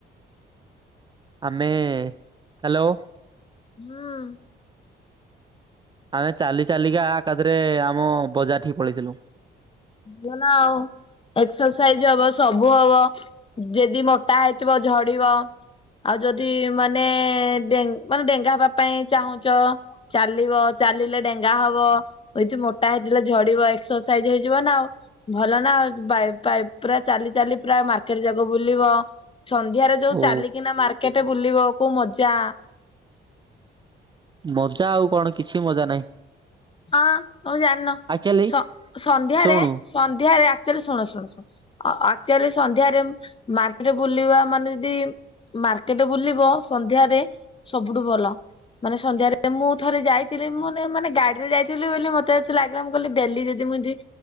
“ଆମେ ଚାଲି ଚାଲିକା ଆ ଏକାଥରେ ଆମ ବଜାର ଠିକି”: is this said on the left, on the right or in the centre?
Right